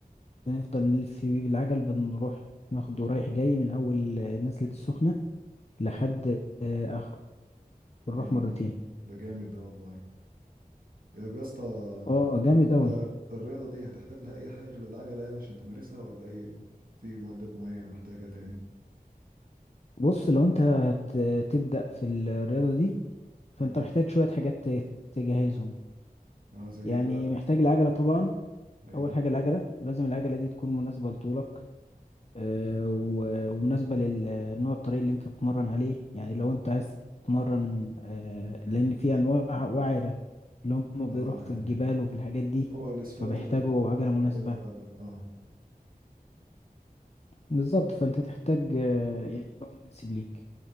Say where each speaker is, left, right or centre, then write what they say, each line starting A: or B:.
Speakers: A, on the left; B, on the right.
A: بنفضل نلف فيه بالعجل بنروح ناخده رايح جاي من أول آه، نزلة السخنة لحد آه، آخره بنروح
B: اه
A: مرتين
B: ده جامد ده والله طب يا اسطى
A: اه جامد
B: انت
A: أوي
B: الرياضة دي هتحتاج لها اي حاجة غير العجلة يعني عشان تمارسها ولا ايه في معدات معينة محتاجة تاني
A: بص لو انت هتبدأ في الرياضة دي فانت
B: امم
A: محتاج شوية حاجات ت- تجهزهم
B: اه زي
A: يعني
B: ايه بقى
A: محتاج العجلة طبعا
B: ايوه
A: اول حاجه العجله ولازم العجله دي تكون مناسبه لطولك آه، و- ومناسبه للنوع الطريق اللي انت تتمرن عليه يعني لو انت عايز تتمرن آه، لان في انواع وعره اللي هم
B: اه
A: بيروحوا في
B: يعني
A: الجبال وفي الحاجات دي
B: طرق الاسفلت
A: فبيحتاجوا
B: غير الطرق
A: عجله
B: بتاع الجبال
A: مناسبه
B: فعلا اه
A: بالظبط فانت تحتاج آه، يعني نوع مناسب ليك